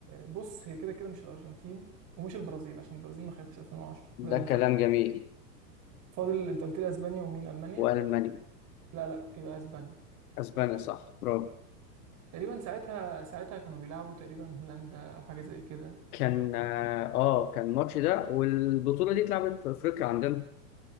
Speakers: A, on the right; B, on the left.
A: بص هي كده كده مش الارجنتين ومش البرازيل عشان البرازيل ما خدتش 2010
B: ده
A: ده اللي
B: كلام
A: انا فاكره
B: جميل
A: فاضل انت قلت لي اسبانيا ومين المانيا
B: وألمانيا
A: لا لا يبقى اسبانيا
B: أسبانيا صح برافو
A: تقريبا ساعتها ساعتها كانوا بيلعبوا تقريبا هولندا او حاجه زي كده
B: كان آه آه، كان الماتش ده والبطولة دي اتلعبت في أفريقيا عندنا